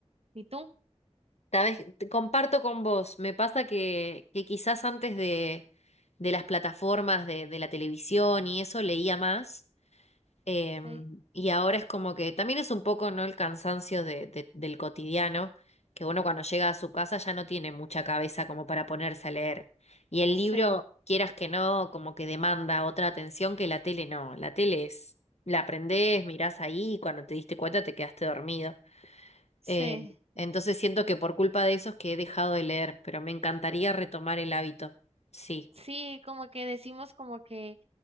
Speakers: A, on the right; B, on the left.
A: ¿Y tú?
B: sabes, te comparto con vos. Me pasa que, que quizás antes de, de las plataformas de, de la televisión y eso leía más. Em,
A: Sí,
B: y ahora es como que también es un poco, ¿no? El cansancio de, de- del cotidiano, que uno cuando llega a su casa ya no tiene mucha cabeza como para ponerse a leer. Y el
A: sí,
B: libro, quieras que no, como que demanda otra atención que la tele no. La tele es, la aprendés, mirás ahí y cuando te diste cuenta te quedaste dormido.
A: sí.
B: Eh, entonces siento que por culpa de eso es que he dejado de leer, pero me encantaría retomar el hábito. Sí.
A: Sí, como que decimos como que